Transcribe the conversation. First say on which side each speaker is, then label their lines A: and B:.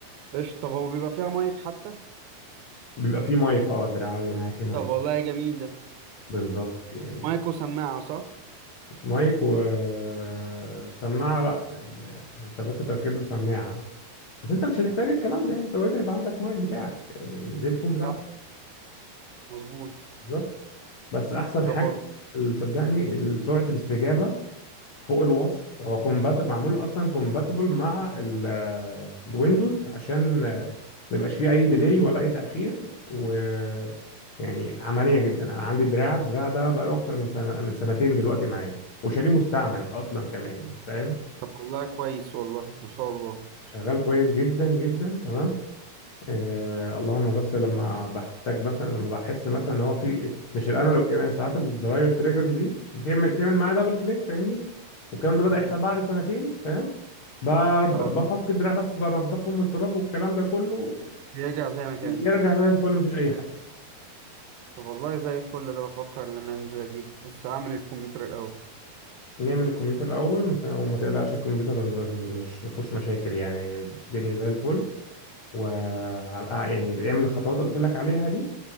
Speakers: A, on the right (about 75°); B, on the left (about 55°).
A: ايش طب هو بيبقى فيها مايك حتى
B: بيبقى فيه مايك اه الدراع اللي معايا فيه مايك
A: طب والله جميل ده
B: بالظبط يعني
A: مايك وسماعة صح
B: مايك وسماعة لا يعني انت ممكن تركب له سماعة بس انت مش هتحتاج الكلام ده يعني انت اوريدي هيبقى عندك مايك بتاعك يعني الهيدفون بتاعتك
A: صح مظبوط
B: بالظبط بس احسن
A: طب
B: حاجة
A: وال...
B: صدقني سرعة الاستجابة فوق الوصف هو كومبات معمول اصلا كومباتبل مع ال- آه، الويندوز عشان آه، ما يبقاش فيه اي ديلي ولا اي تاخير و يعني عمليه جدا انا عندي دراع الدراع ده بقاله اكتر من سنه من سنتين دلوقتي معايا وشاريه مستعمل اصلا كمان يعني فاهم
A: طب والله كويس والله ما شاء الله
B: شغال كويس جدا جدا تمام آه اللهم بس لما بحتاج مثلا لما بحس مثلا ان هو في مش الانالوج كمان ساعات الزراير تريجرز دي بتعمل بتعمل معايا دبل كليك فاهمني والكلام ده بدأ
A: مم.
B: يحصل بعد سنتين فاهم ب- ب- آه. بفك
A: اه
B: الدراع بس بنضفهم من التراب والكلام ده كله
A: بيرجع زي ما كان
B: يرجع زي الفل مفيش اي حاجه
A: طب والله زي الفل ده بفكر ان انا انزل اجيب بس هعمل الكمبيوتر الاول
B: نعمل الكمبيوتر الاول مت- وما تقلقش الكمبيوتر مش مفهوش مشاكل يعني الدنيا زي الفل و آه، يعني اعمل الخطوات اللي قلت لك عليها دي